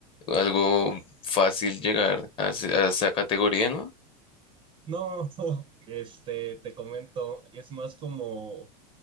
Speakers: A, on the left; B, on the right.
A: algo fácil llegar a, ese- a esa categoría, ¿no?
B: No, <laughs> este, te comento, es más como